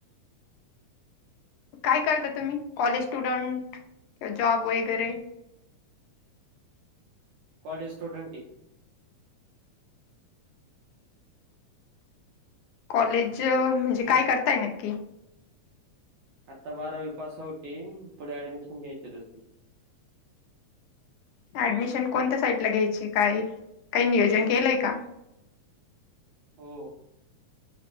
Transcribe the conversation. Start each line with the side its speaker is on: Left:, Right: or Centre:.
Left: काय करता तुमी कॉलेज स्टुडंट वा जॉब वगैरे?
Right: कॉलेज स्टुडंटए
Left: कॉलेज म्हणजे काय करताय नक्की
Right: आत्ता बारावी पास आऊटए पुड ऍडमिशन घ्यायच
Left: ऍडमिशन कोणत्या साईट न घ्यायची, काय काई नियोजन केलंय का?
Right: हो